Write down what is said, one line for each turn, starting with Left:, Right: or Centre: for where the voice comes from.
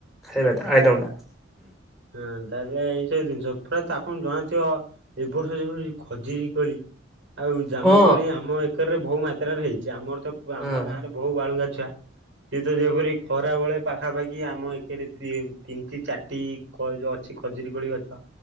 Centre: ଖାଇବାଟା ଆଇଟମ ଟା।
Right: ହଁ ତାହେଲେ ଏଇସବୁ ଜିନିଷ <unintelligible> ଜଣାଥିବ। ଏ ବର୍ଷ ଯେଭଳି ଖଯୁରି କୋଳି। ଆଉ ଜାମୁକୋଳି
Centre: ହଁ
Right: ଆମ ଏକରରେ ବହୁ ମାତ୍ରାରେ ହେଇଛି ଆମର ତ ଆମ
Centre: ହଁ
Right: ଗାଁରେ ବୋହୁ ବାଳୁଙ୍ଗା ଛୁଆ ସିଏ ତ ଯେପରି ଖରା ବେଳେ ପାଖାପାଖି ଆମ ଏକରେ ତିନିଟି ଚାରିଟି କ ଯୋଉ ଅଛି ଖଜୁରୀ କୋଳି ଗଛ।